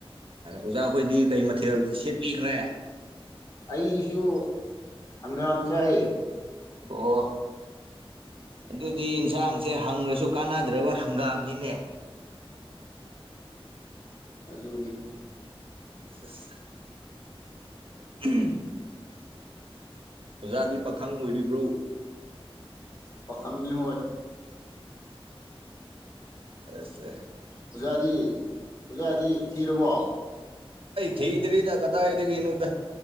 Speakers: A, on the right; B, on the left.
A: ꯑꯣꯖꯥꯈꯣꯏꯗꯤ ꯀꯩ ꯃꯊꯦꯜ ꯁꯦꯠꯄꯤꯈ꯭ꯔꯦ
B: ꯑꯩꯁꯨ ꯍꯪꯒꯥꯝ ꯆꯥꯏꯑꯦ
A: ꯑꯣ ꯑꯗꯨꯗꯤ ꯌꯦꯟꯁꯥꯡꯁꯦ ꯍꯪꯉꯁꯨ ꯀꯥꯟꯅꯗ꯭ꯔꯕ ꯍꯪꯒꯥꯝꯅꯤꯅꯦ
B: ꯑꯗꯨꯅꯤ
A: <unintelligible> ꯀꯤ <unintelligible> ꯑꯣꯖꯥꯗꯤ ꯄꯥꯈꯪ ꯑꯣꯏꯔꯤꯕ꯭ꯔꯣ
B: ꯄꯥꯈꯪꯅꯦ
A: ꯑꯁꯦ <unintelligible>
B: ꯑꯣꯖꯥꯗꯤ ꯑꯣꯖꯥꯗꯤ ꯊꯤꯔꯕꯣ
A: ꯊꯤꯗꯔꯤꯗ ꯀꯗꯥꯏꯗꯒꯤꯅꫭꯗ